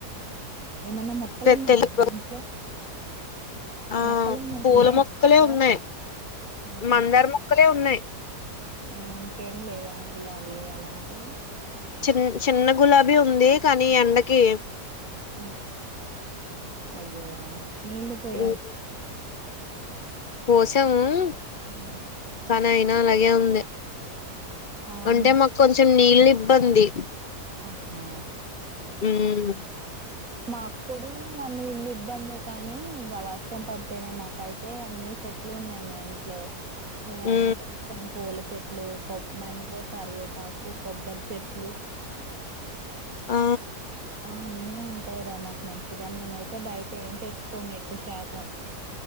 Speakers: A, on the right; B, on the left.
A: ఏమన్న మొక్కలున్నవియా
B: తె తెలుగు
A: మీ ఇంట్లో?
B: ఆ
A: మొక్కలు ఏమన్నా
B: పూల
A: ఉన్నాయా
B: మొక్కలే
A: ఇంట్లో
B: ఉన్నాయ్.
A: ఆహా!
B: మందార మొక్కలే ఉన్నాయ్.
A: ఆ ఇంకేమ్ లేవా? గులాబీ అలాంటివి.
B: చిన్ చిన్న గులాబీ ఉంది కానీ, ఎండకీ
A: ఆ అయ్యో నీళ్ళు పోయాల్
B: ఉమ్ పోసాము
A: ఉమ్మ్
B: కానీ అయినా అలాగే ఉంది,
A: ఆ
B: అంటే
A: మా
B: మాక్ కొంచెం నీళ్ళు ఇబ్బంది.
A: ఆహా
B: ఉమ్మ్
A: మా అప్పుడు నా నీళ్ల ఇబ్బందే కానీ, ఇంగ వర్షం పడితేనే మాకైతే అన్ని చెట్ ట్లు ఉన్నాయి మా ఇంట్లో. మేము
B: ఉ
A: అన్ని పెంచుతాం పూల చెట్లు, కొ మా ఇంట్లో కరివేపాకు, కొబ్బరి చెట్లు
B: ఆ
A: ఆ అన్నీ ఉంటాయిరా మాకు మంచిగా, మేమైతే బయట ఏం తెచ్చుకోము ఎక్కువ శాతం.